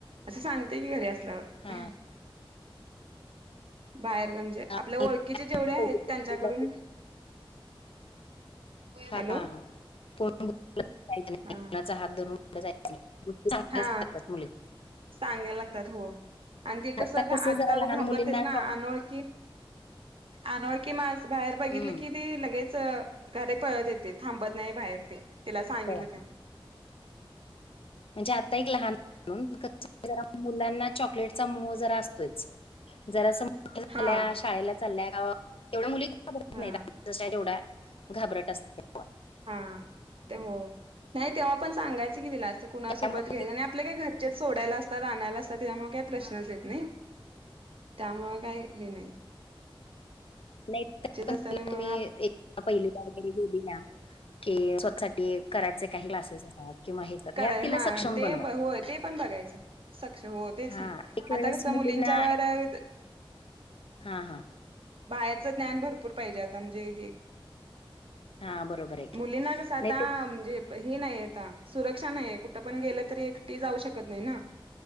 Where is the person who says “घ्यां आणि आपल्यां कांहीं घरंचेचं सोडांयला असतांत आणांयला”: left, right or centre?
Right